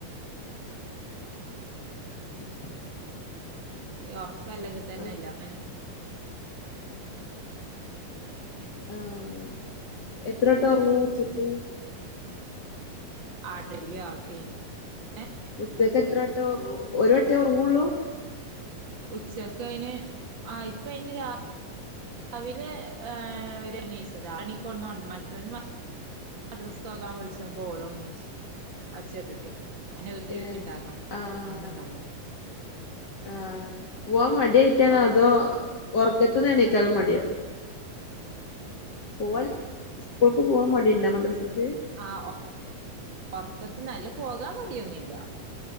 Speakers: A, on the left (about 35°); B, on the right (about 35°).
A: ഉം
B: ഈ ഉറക്കം അല്ലെങ്കിൽ തന്നെ
A: ആഹ്
B: ഇല്ല <unintelligible>
A: ആഹ് എത്ര വട്ടം ഒറങ്ങും ഉച്ചക്ക്.
B: <unintelligible> <unintelligible> ഏഹ്
A: ഉച്ചക്ക് എത്ര വട്ടം ഒരു വട്ടേ ഉറങ്ങുള്ളൂ.
B: ഉച്ചക്ക് അയിന് ആ ഇപ്പം അയിന് രാ വിലെ ഏ ഒരുവട്ടം നീച്ചതാ ആറണിക്ക് ഒണന്ന് ഒണ് മറ്റോന് മ ദ്രസ്ക്ക് പോകാൻ വിള്ച്ചപോ ഓളുംന്നീച്ചു ഒച്ചേട്ടിട്ടേ. ഓനെ ഉര്ട്ടി
A: ഏഹ്
B: ഉര്ട്ടിണ്ടാക്കണം
A: ആഹ്
B: ഒണ്ന്ന്ണ്ടാകുല
A: ആഹ് പോവാൻ മടി
B: അപ്പൊ
A: ആയിട്ടാണോ അതോ ഒറ്ക്കത്തിന്നെണീക്കാൻ മടിയോ. പോവാൽ സ്കൂൾക്ക് പോവാൻ മടിയുണ്ടാ മദ്രസക്ക്.
B: ആഹ് ഒ ഒറ്ക്കത്തിന്ന് അല്ല പോകാൻ മടിയൊന്നില്ല